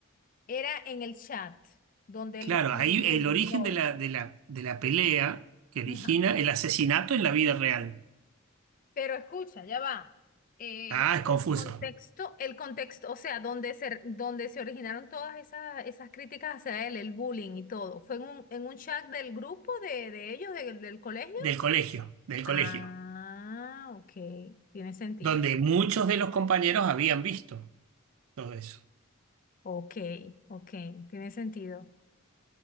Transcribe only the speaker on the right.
Claro,
ahí
el origen
de la, de la, de la pelea que origina
el asesinato en la vida real.
Ah, es confuso.
Del colegio, del colegio,
donde muchos de los compañeros habían visto todo eso.